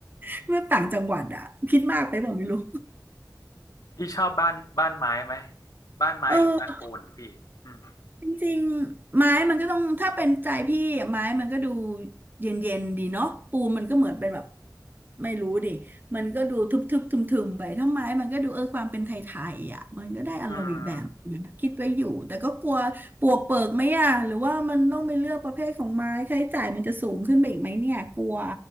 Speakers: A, on the right; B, on the left.
A: <laughs> เมื่อต่างจังหวัดอ่ะคิดมากไปบอกไม่รู้
B: พี่ชอบบ้านบ้านไม้ไหมบ้านไม้หรือบ้านปูนพี่อืม
A: เออ จริงๆไม้มันก็ต้องถ้าเป็นใจพี่อะไม้มันก็ดูเย็นๆดีเนาะปูนมันก็เหมือนเป็นแบบไม่รู้ดิมันก็ดูทึบๆทึมๆไปถ้าไม้มันก็ดูเออความเป็นไทยๆอ่ะมันก็ได้อารมณ์อีกแบบนะคิดไว้อยู่แต่ก็กลัวปวกเปิกไหมอ่ะหรือว่ามันต้องไปเลือกประเภทของไม้ค่าใช้จ่ายมันจะสูงขึ้นไปอีกไหมเนี่ยกลัว
B: อืม